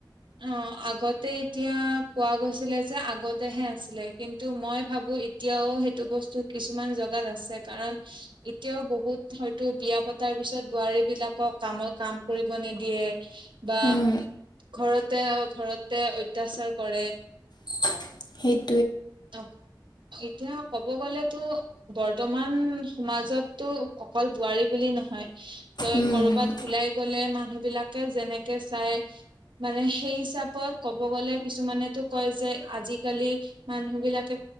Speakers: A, on the right; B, on the left.
A: অ' আগতেই এতিয়া কোৱা গৈছিলে যে আগতেহে আছিলে, কিন্তু মই ভাবো এতিয়াও সেইটো বস্তুত কিছুমান জগাত আছে কাৰণ এতিয়াও বহুত হয়তো বিয়া পতাৰ পিছত বোৱাৰী বিলাকক কামৰ কাম কৰিব নিদ নিদিয়ে বা
B: উম
A: ঘৰতে-ঘৰতে অত্যাচাৰ কৰে।
B: <inaudible>
A: অ' এতিয়া ক'ব গলেতো বৰ বৰ্তমান সমাজতটো অকল বোৱাৰী বুলি নহয়। তই
B: উম।
A: ক'ৰবাত ওলাই গ'লে মানুহ বিলাকে যেনেকে চাই মানে সেই হিচাপত ক'ব গ'লে কিছুমানেতো কয় যে আজিকালি মানুহ বিলাকে